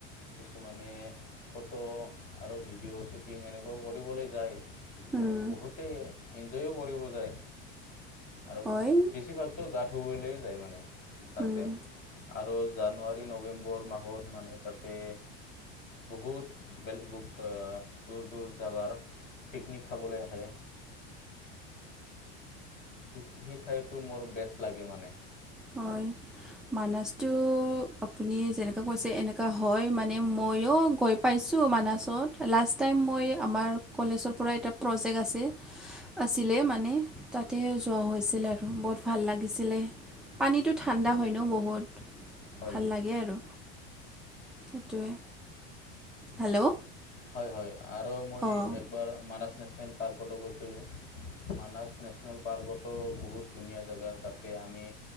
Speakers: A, on the left; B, in the centre.
A: কিছুমানে ফটো আৰু ভিডিঅ' শ্বুটিং এনেকুৱা কৰিবলৈ যায়
B: অঁ
A: আৰু বহুতেই এনজয়ো কৰিব যায় আৰু
B: হয়
A: বেছিভাগ টো গা ধুবলৈ যায় মানে তাতে
B: উম,
A: আৰু জানুৱাৰী নৱেম্বৰ মাহত মানে তাতে বহুত বেলেগ দূৰ দূৰ জাগাৰ পিকনিক খাবলৈ আহে স সেই ঠাইতো মোৰ বেষ্ট লাগে মানে
B: হয় মানাছটো আপুনি যেনেকুৱা কৈছে এনেকুৱা হয় মানে ময়ো গৈ পাইছোঁ মানাছত লাষ্ট টাইম মই আমাৰ কলেজৰ পৰা এটা প্ৰজেক্ট আছে আছিলে মানে তাতে যোৱা হৈছিলে আৰু বহুত ভাল লাগিছিলে পানীটো ঠাণ্ডা হয় ন বহুত
A: হয়
B: ভাল লাগে আৰু সেইটোৱে হেল্ল'
A: হয় হয় আৰু মই
B: অঁ
A: একবাৰ মানছ নেশ্যনেল পাৰ্কতো গৈছিলোঁ মানছ নেশ্যনেল পাৰ্কতো বহুত ধুনীয়া জেগা তাতে আমি